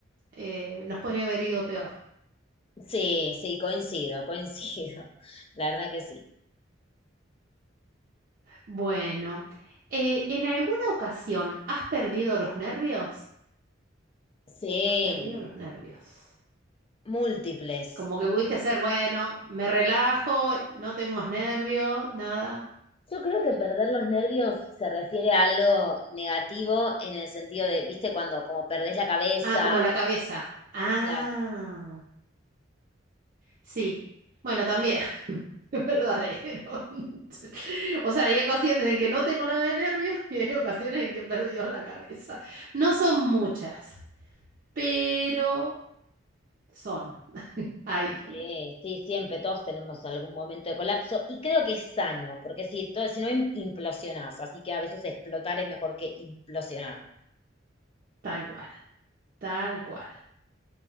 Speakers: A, on the right; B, on the left.
A: eh, nos podría haber ido peor.
B: Sí, sí, coincido, coincido. <laughs> La verdad que sí.
A: Bueno, eh, ¿en alguna ocasión has perdido los nervios?
B: Sí,
A: Has perdido los nervios.
B: múltiples.
A: Como que pudiste hacer, bueno, me relajo, no tengo más nervios, nada.
B: Yo creo que perder los nervios se refiere a algo negativo en el sentido de, viste, cuando como perdés la cabeza,
A: Ah, como la cabeza. Ah,
B: claro.
A: sí. Bueno, también, <laughs> es verdadero. <laughs> O sea, hay ocasiones en que no tengo nada de nervios y hay ocasiones en que he perdido la cabeza. No son muchas, pero son. Ay,
B: Sí, sí, siempre todos tenemos algún momento de colapso y creo que es sano, porque si, to- si no im- implosionás, así que a veces explotar es mejor que implosionar.
A: tal cual, tal cual.